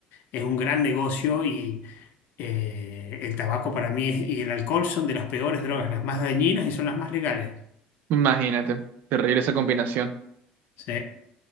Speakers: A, on the left; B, on the right.
A: Es un gran negocio y eh, el tabaco para mí es- y el alcohol son de las peores drogas, las más dañinas y son las más legales.
B: Imagínate, terrible esa combinación.
A: Sí,